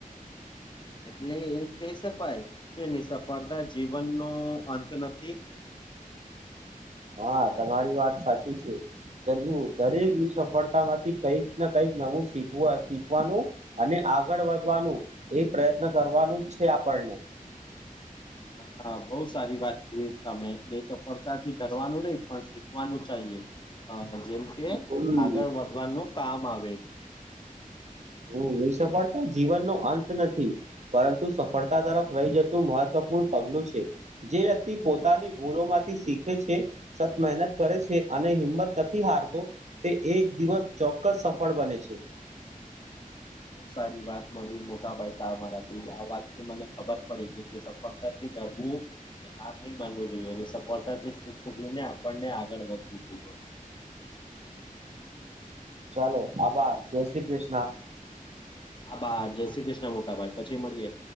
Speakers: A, on the left; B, on the right.
A: એટલે એમ કહી સકાય. એ નની સફળતા જીવન નો અંત નથી.
B: હા તમારી વાત સાચી છે. દરેક ની સફળતા માંથી કઈક કઈક નવુંીખ શીખવાનું અને. આગળ વધવાનું એ પ્રયત્ન કરવાનું જ છે આપણને.
A: હા બહ સારી વાત કરી તમે નહી તો પડતાથી કરવારનું નહીિ પણ શીખવાનું ચાએ. અ જેમ કે
B: હમ
A: આગળ વધવાનું કામ આવે.
B: હ એ સફળતા જીવન નો અંત નથી પરંતુ સફળતા તરફ રહી જતું મહત્વ. પગલું છે જે વ્યક્તિ પોતાની ભૂલો માંથી શીખે છે સત મહેનત કરે છે. અને હિંમત નથી હારતો તે એક દિવસ ચોક્કસ સફળ બને છે.
A: બઉ સારી વાત મળી મોટાભાઈ તાર મારાથી આ વાત થી મને ખબર પડી કે સફળતા. ત હું. હા નહી બનવું જોઈએ એની સફળતાથી શિક્ષને આપણને આગળ વધવું જોઈએ.
B: ચાલો આભાર જય શ્રી કૃષ્ણ
A: આભાર જય શ્રી કૃષ્ણ મોર્તિ. હા, ભાઈ પછી મળીએ.